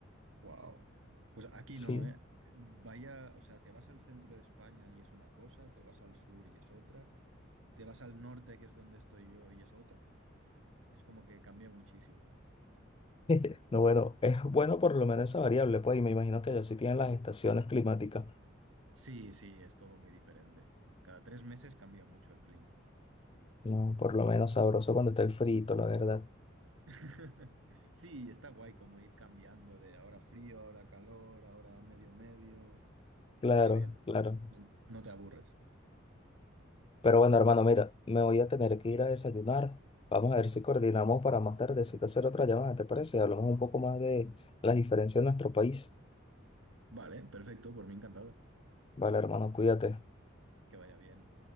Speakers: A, on the right; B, on the left.
A: Wow. Pues aquí
B: Sí.
A: no, ¿eh? Vaya, o sea, te vas al centro de España y es una cosa, te vas al sur y es otra, te vas al norte, que es donde estoy yo, y es otra. Es como que cambia muchísimo.
B: <laughs> No, bueno, es bueno por lo menos esa variable, pues, y me imagino que allá sí tienen las estaciones climáticas.
A: Sí, sí, es todo muy diferente. Cada tres meses cambia mucho el clima.
B: No, por lo menos sabroso cuando está el frito, la verdad.
A: <laughs> Sí, está guay como ir cambiando de ahora frío, ahora calor, ahora medio medio.
B: Claro,
A: Está bien.
B: claro.
A: No te aburres.
B: Pero bueno,
A: <laughs>
B: hermano, mira, me voy a tener que ir a desayunar. Vamos a ver si coordinamos para más tardecito hacer otra llamada, ¿te parece? Hablamos un poco más de las diferencias en nuestro país.
A: Vale, perfecto, por mí encantado.
B: Vale, hermano, cuídate.
A: Que vaya bien.